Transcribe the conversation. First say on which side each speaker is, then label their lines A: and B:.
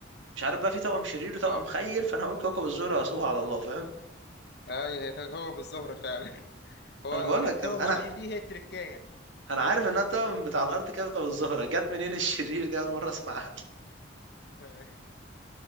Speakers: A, on the right; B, on the left.
A: مش عارف بقى في توأم شرير وتوأم
B: اه
A: خير فأنا هقول كوكب الزهرة وأسيبها على الله فاهم
B: اه هي كوكب الزهرة فعلا <laughs> هو
A: فأنا بقول لك
B: توأم
A: أنا
B: الشرير دي هي التركاية
A: أنا عارف إنها التوأم بتاع الأرض كوكب الزهرة جت منين الشرير دي أول مرة أسمعها
B: تمام